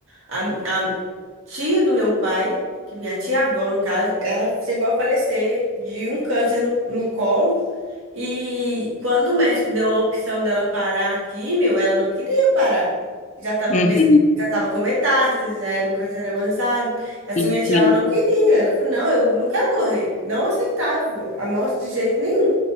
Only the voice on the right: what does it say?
a, a tia do meu pai, que minha tia-avó, no caso, ela chegou a falecer de um câncer no, no colo. E quando o médico deu a opção dela parar a químio, ela não queria parar. Já estava
já tava com metástase, já era um câncer avançado. Essa
minha tia,
ela não queria. Ela falou, não, eu não quero morrer. Não aceitava a morte de jeito nenhum.